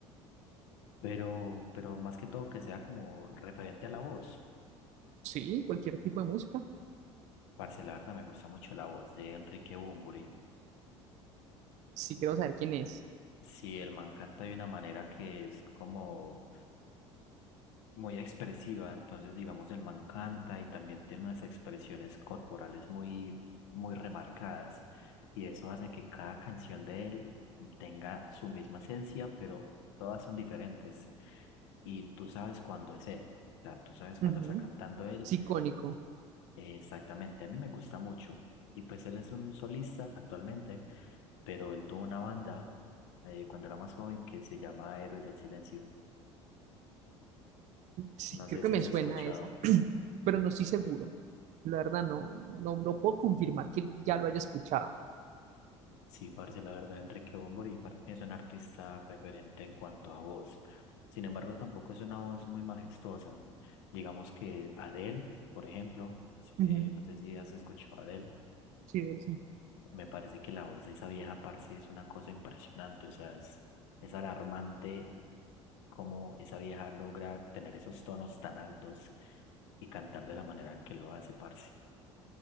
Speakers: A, on the left (about 70°); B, on the right (about 50°).
A: pero, pero más que todo que sea como referente a la voz.
B: Sí, cualquier tipo de música.
A: Parce, la verdad me gusta mucho la voz de Enrique Bunbury.
B: Sí, quiero saber quién es.
A: Si el man canta de una manera que es como muy expresiva, entonces digamos el man canta y también tiene unas expresiones corporales muy, muy remarcadas y eso hace que cada canción de él tenga su misma esencia, pero todas son diferentes. y tú sabes cuándo es él. O sea, tú sabes cuándo
B: Ujú.
A: está cantando él.
B: Sí, icónico.
A: eh, exactamente, a mí me gusta mucho. Y pues él es un solista actualmente, pero él tuvo una banda eh, cuando era más joven que se llama Héroes del Silencio.
B: Sí,
A: No
B: creo
A: sé
B: que
A: si
B: me
A: has
B: suena
A: escuchado.
B: esa, pero no estoy seguro. La verdad, no, no, no puedo confirmar que ya lo haya escuchado.
A: Sí, parce, la verdad, Enrique Bunbury para mí es un artista referente en cuanto a voz. Sin embargo, tampoco es una voz muy majestuosa. Digamos que Adele, por ejemplo,
B: Ujú.
A: eh, no sé si has escuchado a Adele.
B: Sí, sí.
A: Me parece que la voz de esa vieja parce es una cosa impresionante, o sea, es, es alarmante cómo esa vieja logra tener esos tonos tan altos y cantar de la manera en que lo hace, parce.